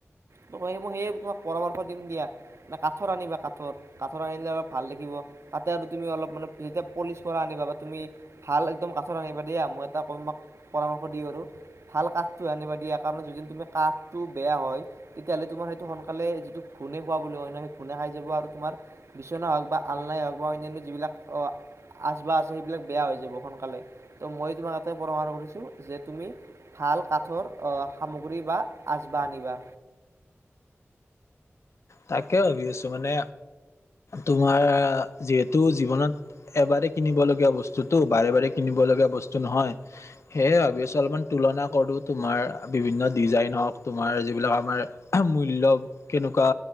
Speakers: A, on the right; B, on the left.
A: ত ক মই সেইয়ে তোমাক পৰামৰ্শ দিম দিয়া নে কাঠৰ আনিবা কাঠৰ কাঠৰ আনিলে অলপ ভাল দেখিব তাতে আৰু তুমি অলপ মানে যেতিয়া পলিচ কৰা আনিবা বা তুমি ভাল একদম কাঠত আনিবা দিয়া মই এটা কৰিম। তোমাক পৰামৰ্শ দি আৰু ভাল কাঠটো আনিবা দিয়া কাৰণে যদি তুমি কাঠটো বেয়া হয় তেতিয়াহ'লে তোমাৰ সেইটো সোনকালে যিটো ঘুণে খোৱা বুলি হয় নয় সেই ঘুণে খাই যাব আৰু তোমাৰ বিচনা হওক বা। আলনাই হওক বা অন্যান্য যিবিলাক অ। আচবাহ আছে সেইবিলাক বেয়া হৈ যাব সোনকালে ত' মই তোমাক এতে পৰামৰ্শ কৰিছো যে তুমি ভাল কাঠৰ আহ সামগ্ৰী বা আচবাহ আনিবা।
B: তাকে ভাবি আছো মানে তোমাৰ যিহেতু জীৱনত। এবাৰে কিনিব লগীয়া বস্তুটো বাৰে বাৰে কিনিব লগীয়া বস্তু নহয়, সেয়ে ভাবি আছো অলপমান তুলনা কৰোঁ তোমাৰ বিভিন্ন ডিজাইন হওক তোমাৰ যিবিলাক আমাৰ মূল্য কেনেকুৱা